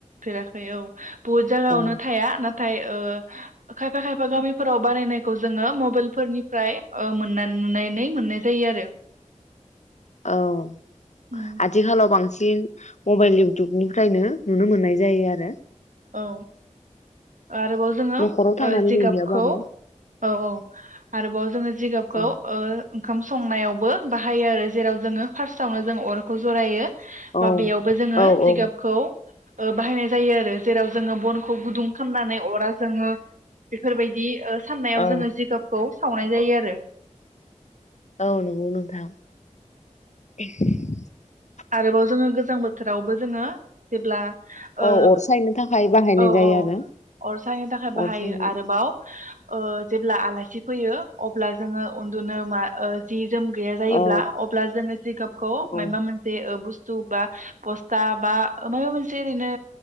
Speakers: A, on the right; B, on the left.
A: फेराखै औ बहुद जायगायावनो
B: औ
A: थाया ना नाथाय ओ खायफा खायफा गामि फोराव बानायनायखौ जोङो मबाइलफोरनिफ्राय ओ मोननानै नुनानै मोननाय जायो आरो।
B: औ
A: उम
B: आथिखालाव बांसिन बांसिन मबाइल इउटुबनिफ्रायनो नुनो मोननाय जायो आरो
A: औ आरोबाव जोङो
B: न'खराव थांनानै
A: ओ जिगाबखौ
B: नुहैयाबाबो।
A: औ औ। आरोबाव जोङो जिगाबखौ
B: औ
A: ओ ओंखाम संनायावबो बाहायो आरो जेराव जोङो फार्स्टआवनो जों अरखौ जरायो।
B: औ
A: बा बेयावबो जोङो
B: औ
A: जिगाबखौ
B: औ
A: ओ बाहायनाय जायो आरो जेराव जोङो बनखौ गुदुं खालामनानै अरा जोङो बेफोरबायदि ओ साननायाव
B: औ
A: जोङो जिगाबखौ सावनाय जायो आरो।
B: ओ नंगौ नोंथां। <unintelligible>
A: आरोबाव जोङो गोजां बोथोरावबो जोङो जेब्ला ओ
B: औ अर सायनो थाखाय बाहायनाय
A: औ
B: जायो
A: औ
B: आरो
A: अर सायनो थाखाय बाहायो
B: अर सायनो
A: आरोबाव ओ जेब्ला आलासि फैयो अब्ला जोङो उन्दुनो मा ओ जि जोम गैया जायोब्ला
B: औ
A: अब्ला जोङो जिगाबखौ
B: औ
A: मायबा मोन बो बुस्थु बा बस्था बा माबा मोनसे ओरैनो